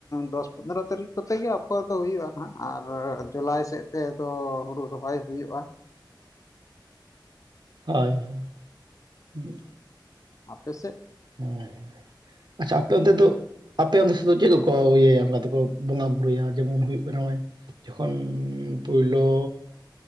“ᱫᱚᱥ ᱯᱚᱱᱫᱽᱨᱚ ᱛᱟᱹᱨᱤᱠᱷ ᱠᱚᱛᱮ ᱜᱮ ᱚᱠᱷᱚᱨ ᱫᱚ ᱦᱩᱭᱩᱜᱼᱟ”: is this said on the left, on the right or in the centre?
Left